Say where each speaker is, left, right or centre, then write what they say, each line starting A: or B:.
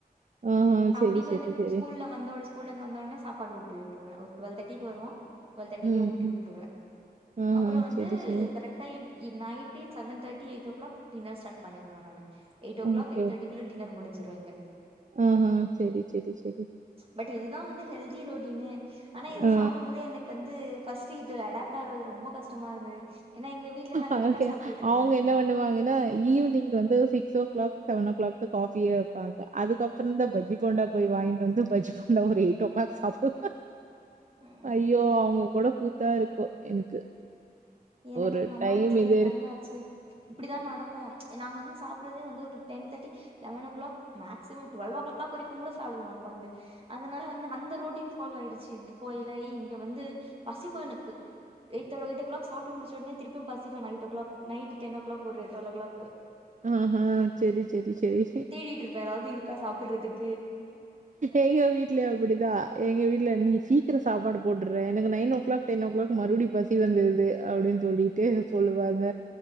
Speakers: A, on the right; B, on the right.
A: ஆஹா.
B: தம்பிக்கு
A: சரி, சரி,
B: வந்து
A: சரி.
B: ஸ்கூல்ல வந்தோன ஸ்கூல்ல இருந்து வந்தோன சாப்பாடு ஊட்டி விட்டுருவே ஒரு டுவெல் தேர்ட்டிக்கு வருவா டுவெல் தேர்ட்டிக்கே
A: ம்,
B: ஊட்டி
A: ம்.
B: விட்டுருவே
A: ஆஹா,
B: அப்றோ வந்து
A: சரி, சரி.
B: கரெக்டா எ night seven thirty eight o'clock dinner start பண்ணிருணு நானு eight ஓ
A: okay,
B: கிளாக் eight தேர்டிக்குள்ள டின்னர் முடிஞ்சிடு இங்க
A: ஆஆ சேரி சேரி சேரி
B: பட் இதுதா வந்து ஹெல்தி ரொட்டீனு ஆனா இது
A: ஆ.
B: சாப்பிடும் போதே எனக் கு வந்து ஃபஸ்ட் இது அடாப்ட் ஆவுறது ரொம்ப கஷ்டமா இருந்தது ஏன்னா எங்க வீட்ல நா
A: அவங்கக்கு
B: லேட்டா சாப்ட்டுட்டு இருந்தே
A: அவங்க என்ன பண்ணுவாங்கனா ஈவினிங் வந்து six o'clock seven o'clock காஃபியே வைப்பாங்க அதுக்கப் அப்பறந்தா பஜ்ஜி போண்டா போய் வாங்கிட்டு வந்து பஜ்ஜி போண்டா ஒரு எயிட் ஓ கிளாக் சாப்டு
B: ம்
A: ஐயோ அவங்க கூட கூத்தா இருக்கு எனக்கு
B: எனக்கு
A: ஒரு
B: எங்க அம்மா
A: டைம்
B: வீட்ல
A: இது
B: இதுதாங்க
A: இருக்கு.
B: ஆச்சு இப்டிதா நடக்கு நாங்க வந்து சாப்பிட்றதே வந்து ஒரு ten thirty eleven o'clock maximum twelve o'clock வரைக்கு கூட சாப்டுவோ உக்காந்து அதனால வந்து அந்த ரொட்டின் ஃபாலோ ஆயிருச்சு இப்பே இல்ல இங்க வந்து பசிக்கோ எனக்கு எய்ட் எய்ட்டோ கிளாக் சாப்பட்டு முடிச்ச ஒடனே திருப்பியு பசிக்கும் night o'clock ten o'clock ஒரு டுவெல்லோ கிளாக்
A: ஆஹ சேரி சேரி சேரி
B: தேடிட்டு இருப்பே ஏதாவது இருக்கா சாப்ட்றதுக்
A: எங்க வீட்ல அப்படிதா எங்க வீட்ல நீ சீக்கிரம் சாப்பாடு போட்டுட்ற எனக்கு nine o'clock ten o'clock மறுபடியு பசி வந்துடுது அப்டின்னு சொல்லிட்டு சொல்லுவாங்க